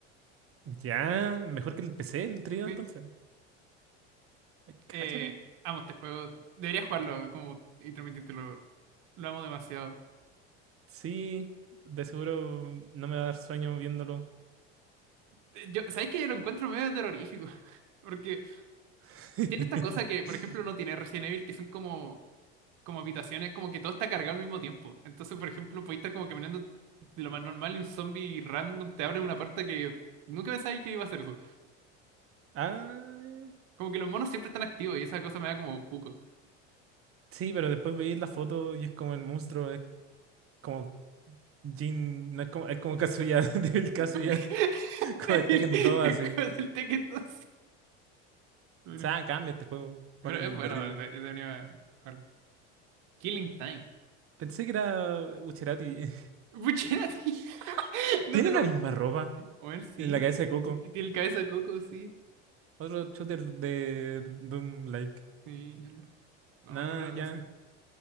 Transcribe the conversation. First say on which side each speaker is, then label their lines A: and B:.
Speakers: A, on the right; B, on the right.
A: ya, mejor que el PC, el trío
B: Sí.
A: entonces. Ay, Cáchate.
B: Eh, amo este juego. Debería jugarlo como, y transmitírtelo. Lo amo demasiado.
A: Sí, de seguro no me va a dar sueño viéndolo.
B: Eh, Yo, ¿sabes que Lo encuentro medio terrorífico. <laughs> Porque
A: <laughs>
B: tiene esta cosa que, por ejemplo, no tiene Resident Evil, que son como, como habitaciones, como que todo está cargado al mismo tiempo. Entonces, por ejemplo, podéis estar como caminando de lo más normal y un zombie random te abre una puerta que nunca pensáis que iba a hacer eso.
A: Ah,
B: Como que los monos siempre están activos y esa cosa me da como cuco.
A: sí, pero después veis la foto y es como el monstruo. como Jin, no es como, es como Kazuya, <laughs> Devil Kazuya,
B: <laughs>
A: como
B: Débil,
A: de Tekken 2, así.
B: es como del Tekken 2. Bueno,
A: O sea, cambia este juego,
B: pero
A: pon el
B: es bueno,
A: de arriba.
B: de- debería jugarlo. Killing Time.
A: Pensé que era Bucherati.
B: Puchera, <laughs>
A: <laughs>
B: no
A: Tiene
B: te lo.
A: la misma ropa
B: A sí.
A: en la cabeza de Coco.
B: Y y tiene el cabeza de coco, sí.
A: Otro shooter de Doom like.
B: Sí, ya. Vamos
A: Nada,
B: al número doce
A: ya.